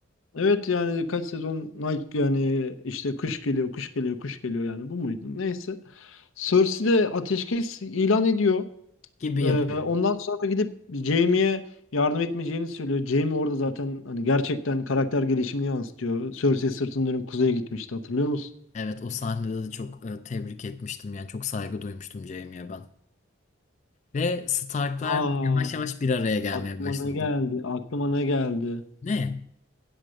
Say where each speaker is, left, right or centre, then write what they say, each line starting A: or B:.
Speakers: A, on the left (about 75°); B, on the left (about 35°).
A: Evet yani kaç sezon Night yani işte kış geliyor, kış geliyor, kış geliyor yani bu muydu? Neyse. Cersei de ateşkes ilan ediyor.
B: <laughs> gibi
A: Ee,
B: yapıyor.
A: ondan sonra gidip Jaime'ye yardım etmeyeceğini söylüyor. Jaime orada zaten hani gerçekten karakter gelişimini yansıtıyor. Cersei sırtını dönüp kuzeye gitmişti hatırlıyor musun?
B: Evet o sahnede de çok e, tebrik etmiştim yani çok saygı duymuştum Jaime'ye ben. Ve Starklar
A: Aa,
B: yavaş yavaş bir araya gelmeye
A: aklıma
B: başladı.
A: ne geldi? Aklıma ne geldi?
B: Ne?